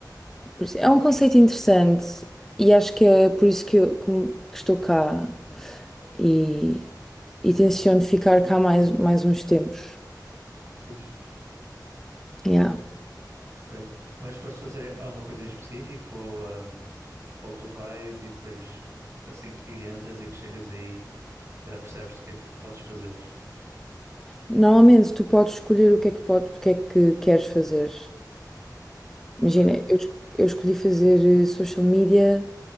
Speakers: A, in the centre; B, on the right (about 40°).
A: Por isso- É um conceito interessante e acho que é por isso que, eu, que me- que estou cá e, e tenciono ficar cá mais, mais uns tempos.
B: Que fixe.
A: Yeah.
B: Ok, ok. Mas foste fazer alguma coisa em específico ou, hum, ou tu vais e depois assim que entras e que chegas aí eh, percebes-te o que é que podes fazer?
A: Normalmente tu podes escolher o que é que, pode, o que é que queres fazer. Imagina,
B: Ok,
A: eu, es- eu escolhi fazer eh, social media,